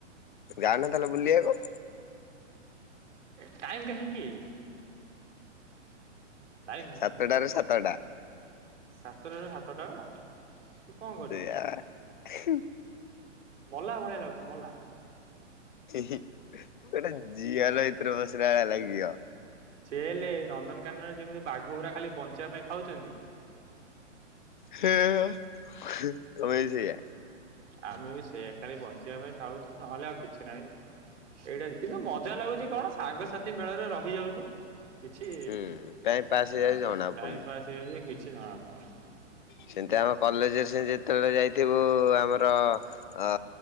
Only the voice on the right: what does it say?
ଏ ଟାଇମ କାହିଁକି? ଟାଇମ ନାହିଁ।
ସାତଟାରୁ ସାତ ଟା ବା ତୁ କଣ କରିବୁ।
ମଲା ଭଳିଆ ଲାଗୁଛି ମଲା।
ଜେଲେ ନନ୍ଦନକାନନରେ ଯେମିତି ବାଘଗୁରା ଖାଲି ବଞ୍ଚିବା ପାଇଁ ଖାଉଚନ୍ତି
ଆମେ ବି ସେୟା ଖାଲି ବଞ୍ଚିବା ପାଇଁ ଖାଉଚୁ ନହେଲେ ଆଉ କିଛି ନାହିଁରେ। ଏଇଟା କିନ୍ତୁ ମଜା ଲାଗୁଚି କଣ ସାଙ୍ଗସାଥି ମେଳରେ ରହିଯାଉଚୁ। କିଛି
ଆଁ
ଟାଇମ
ପାସ୍ ହେଇଯାଉଚି କିଛି ଜଣାପଡୁନି।